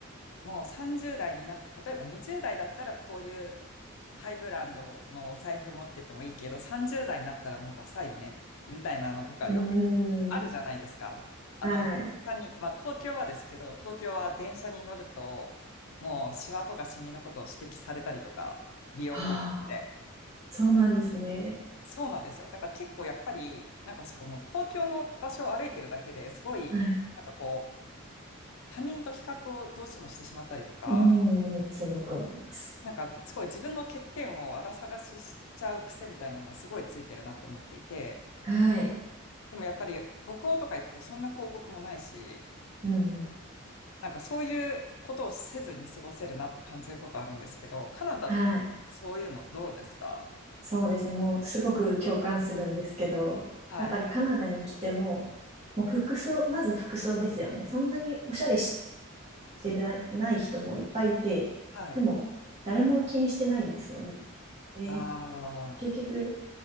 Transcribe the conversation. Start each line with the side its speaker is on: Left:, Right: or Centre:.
Left: もう30代にな、例えば20代だったらこういうハイブランドのお財布持っててもいいけど、30代になったらもうダサいよね、みたいなのとかよく
Right: うー
Left: あるじゃないですか。
Right: ん。
Left: あとなんか、
Right: はい。
Left: 電車に、まあ東京はですけど、東京は電車に乗ると、もうシワとかシミのことを指摘されたりとか、美容広告で。
Right: ああ、そうなんですね。
Left: そうなんですよ。だから結構やっぱり、なんかそこの公共の場所を歩いてるだけですごい、
Right: はい。
Left: なんかこう、他人と比較をどうしてもしてしまったりとか、
Right: うーん。すごく思います。
Left: なんかすごい自分の欠点をあら探ししちゃう癖みたいなのはすごいついてるなと思っていて、
Right: はい。
Left: でもやっぱり北欧とか行くとそんな広告もないし、
Right: うん。
Left: なんかそういうことをせずに過ごせるなって感じることあるんですけど、カナダ、
Right: はい。
Left: そういうのどうですか
Right: そうですね。もう、すごく共感するんですけど、
Left: はい。
Right: やっぱりカナダに来ても、もう服装、まず服装ですよね。そんなにおしゃれししてない人もいっぱいいて、
Left: はい。
Right: でも誰も気にしてないんですよね。
Left: ああ。
Right: 結局、